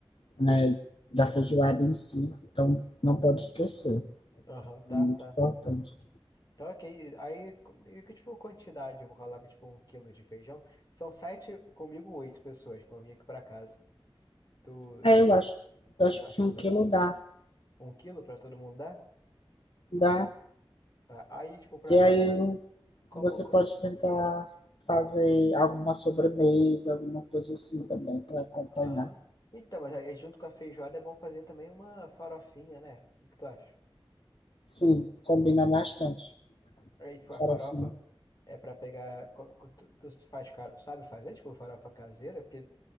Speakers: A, on the left; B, on the left.
A: né, da feijoada em si. Então não pode esquecer,
B: Aham, tá,
A: é muito
B: tá.
A: importante.
B: Então, ok. Aí, com- e que tipo quantidade? Eu vou colocar tipo um quilo de feijão. São sete, comigo oito pessoas, quando eu vim aqui pra casa. Tu,
A: É, eu acho, eu acho
B: tu acha
A: que um
B: que
A: quilo dá,
B: um quilo pra todo mundo dá?
A: dá.
B: Tá. Aí, tipo, pra.
A: E aí
B: Como.
A: você
B: co-
A: pode tentar
B: Pode falar.
A: fazer alguma sobremesa, alguma coisa assim também para acompanhar.
B: Aham. Então, mas aí junto com a feijoada é bom fazer também uma farofinha, né? O que que tu acha?
A: Sim, combina bastante
B: Aí, tipo,
A: a
B: a
A: farofinha.
B: farofa é pra pegar. co- co- Tu tu faz, cara, sabe fazer, tipo, farofa caseira? Porque